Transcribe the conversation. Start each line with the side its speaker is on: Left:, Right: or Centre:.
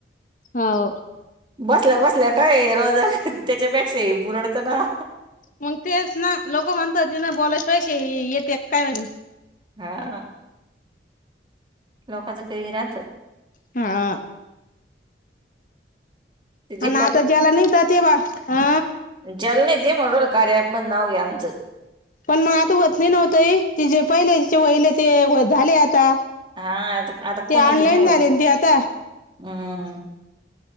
Left: हो.
Right: बसल्या बसल्या काय रोजगार त्याच्यापेक्षा हे परवडत ना?
Left: मग तेच ना लोक म्हणत होते ना बोलायच पैसे येतायेत काय म्हण?
Right: हा. लोकांचं <unintelligible> राहतं
Left: हा
Right: ते जे
Left: आणि आता ज्याला निंतात तेवा आ
Right: जल नेते म्हणुन कार्या ऍपमधे नाव आहे आमचं.
Left: पण मग आता व्हत नाही ना ओ ताई जे पहिले वहिले ते व झाले आता
Right: हा आता आता कोणी
Left: ते ऑनलाईन
Right: बी नाही होत
Left: झाले ते आता
Right: <inaudible> हम्म.